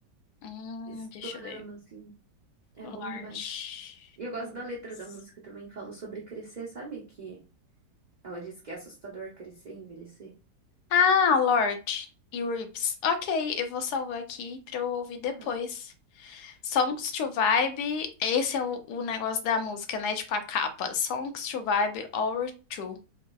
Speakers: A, on the left; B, on the right.
A: Hum,
B: estourando,
A: deixa eu ver.
B: assim, é
A: Lorde.
B: bom demais. E eu gosto
A: Roots.
B: da letra da música também, fala sobre crescer, sabe? Que ela diz que é assustador crescer e envelhecer.
A: Ah, Lorde e Roots. Ok, eu vou salvar aqui pra eu ouvir depois.
B: Aham,
A: Songs to Vibe, esse é o, o negócio da música, né? Tipo a capa. Songs to Vibe or to.